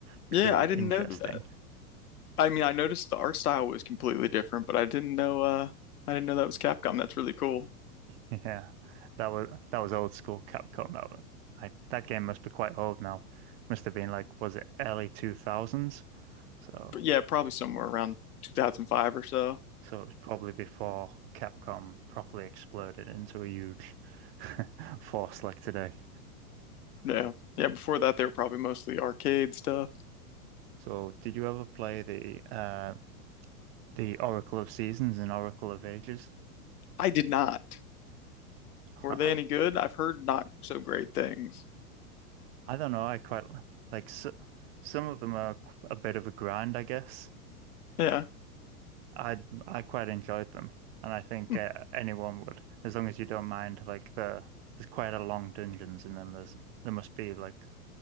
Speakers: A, on the right; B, on the left.
A: which
B: Yeah,
A: was
B: I didn't
A: interesting.
B: know that.
A: <laughs>
B: I mean, I noticed the art style was completely different, but I didn't know uh I didn't know that was Capcom. That's really cool.
A: Yeah, that was that was old school Capcom. That was, I, that game must be quite old now. Must have been like, was it early 2000s? So.
B: But yeah, probably somewhere around 2005 or so.
A: So it was probably before Capcom properly exploded into a huge <laughs> force like today.
B: Yeah. Yeah, before that they were probably mostly arcade stuff.
A: So did you ever play the uh The Oracle of Seasons and Oracle of Ages.
B: I did not.
A: <laughs>
B: Were
A: I
B: they any good? I've heard not so great things.
A: don't know. I quite li- like so, some of them are qu- a bit of a grind, I guess.
B: Yeah.
A: I I quite enjoyed them, and I think
B: Hmm.
A: uh, anyone would, as long as you don't mind. Like the there's quite a long dungeons in them. There's there must be like